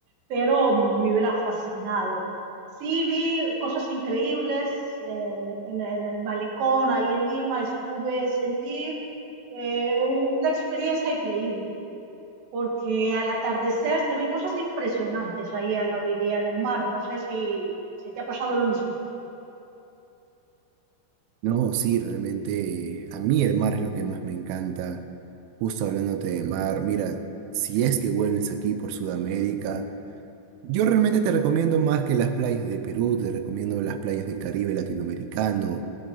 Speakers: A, on the right (about 65°); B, on the right (about 85°).
A: pero me hubiera fascinado. Sí, vi cosas increíbles eh, en, la- en el malecón, ahí en Lima, estuve, sentí eh, u- una experiencia increíble porque al atardecer se ven cosas impresionantes ahí a la orilla del mar. No sé si, si te ha pasado lo mismo,
B: No, sí, realmente a mí el mar es lo que más me encanta. Justo hablándote de mar, mira, si es que vuelves aquí por Sudamérica, yo realmente te recomiendo más que las playas de Perú, te recomiendo las playas del Caribe latinoamericano.